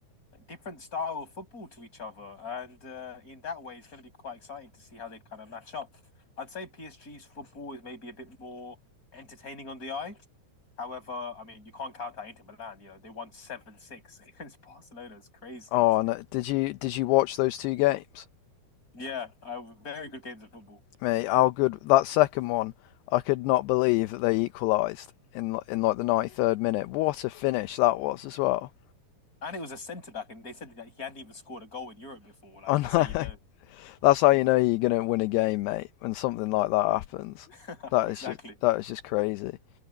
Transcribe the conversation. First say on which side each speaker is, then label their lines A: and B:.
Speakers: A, on the left; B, on the left.
A: different style of football to each other, and uh, in that way, it's going to be quite exciting to see how they kind of match up. I'd say PSG's football is maybe a bit more entertaining on the eye. However, I mean, you can't count out Inter Milan. You know, they won 7-6 <laughs> against Barcelona. It's crazy.
B: Oh, no, did you did you watch those two games,
A: Yeah, uh, very good games of football.
B: mate? How good that second one! I could not believe that they equalised in li- in like the 93rd minute. What a finish that was as well.
A: And it was a centre back, and they said that he hadn't even scored a goal in Europe before. Like,
B: I know.
A: that's how you know.
B: <laughs> That's how you know you're going to win a game, mate, when something like that happens.
A: <laughs>
B: That
A: Exactly.
B: is just that is just crazy.